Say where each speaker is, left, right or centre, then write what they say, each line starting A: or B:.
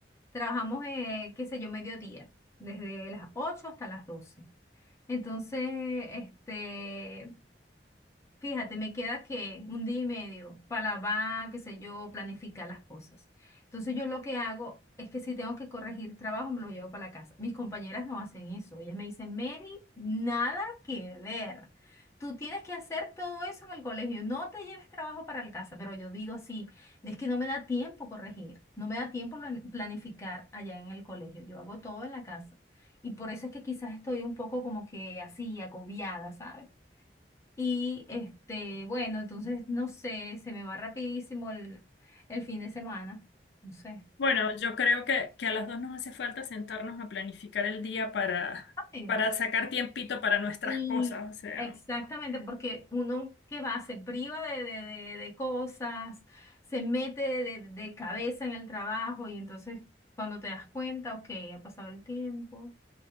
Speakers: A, on the left; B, on the left.
A: Trabajamos, eh, qué sé yo, mediodía, desde las 8 hasta las 12. Entonces, este, Fíjate, me queda que un día y medio para va, qué sé yo, planificar las cosas. Entonces yo lo que hago es que si tengo que corregir trabajo, me lo llevo para la casa. Mis compañeras no hacen eso. Ellas me dicen, Mary, nada que ver. Tú tienes que hacer todo eso en el colegio. No te lleves trabajo para la casa. Pero yo digo así, es que no me da tiempo corregir, no me da tiempo plan- planificar allá en el colegio. Yo hago todo en la casa. Y por eso es que quizás estoy un poco como que así, agobiada, ¿sabes? Y este, bueno, entonces no sé, se me va rapidísimo el, el fin de semana. No sé.
B: Bueno, yo creo que, que a las dos nos hace falta sentarnos a planificar el día para,
A: Exactamente.
B: para sacar tiempito para nuestras
A: Y
B: cosas. O sea,
A: exactamente, porque uno que va, se priva de, de, de- de cosas, se mete de, de- de cabeza en el trabajo y entonces cuando te das cuenta, ok, ha pasado el tiempo